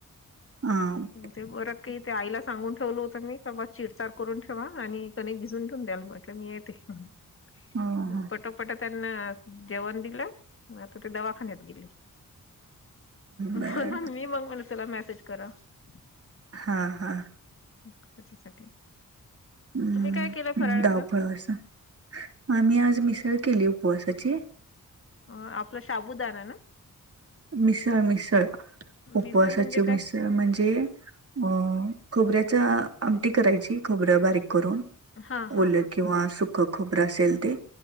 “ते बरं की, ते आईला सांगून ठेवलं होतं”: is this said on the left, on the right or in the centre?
Left